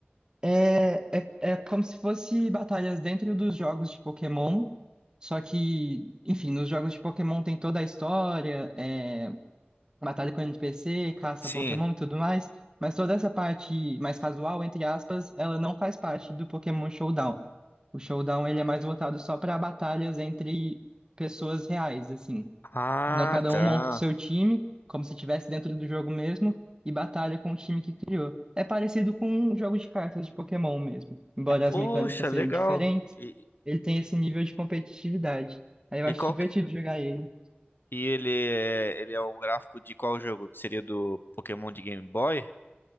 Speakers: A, on the right; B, on the left.
A: É, é, é como se fosse batalhas dentro dos jogos de Pokémon. Só que, enfim, nos jogos de Pokémon tem toda a história, é, batalha com NPC, caça
B: Sim.
A: Pokémon e tudo mais, mas toda essa parte mais casual, entre aspas, ela não faz parte do Pokémon Showdown. O Showdown ele é mais voltado só para batalhas entre pessoas reais, assim.
B: Ah,
A: Então cada
B: tá.
A: um monta o seu time, como se estivesse dentro do jogo mesmo, e batalha com o time que criou. É parecido com um jogo de cartas de Pokémon mesmo, embora
B: Poxa,
A: as mecânicas sejam
B: legal.
A: diferentes,
B: E,
A: ele tem esse nível de competitividade. Aí eu
B: e
A: acho
B: qual
A: divertido
B: que...
A: jogar ele.
B: E ele é, ele é um gráfico de qual jogo? Seria do Pokémon de Game Boy?